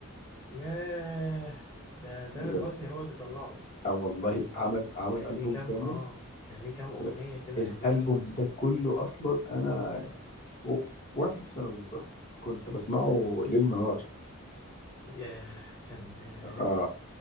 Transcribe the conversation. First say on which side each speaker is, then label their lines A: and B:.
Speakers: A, on the left; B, on the left.
A: ياه ده تامر
B: بجد
A: حسني هو اللي طلعه ده
B: اه والله عمل عمل
A: كان
B: البوم
A: ليه كام
B: كامل
A: اه كان ليه كام أغنية
B: ال-
A: كده
B: الالبوم
A: حلوين أوي
B: ده كله اصلا انا فوق وانا في ثالثه ثانوي بالظبط كنت بسمعه ليل نهار
A: ياه كان آه،
B: اه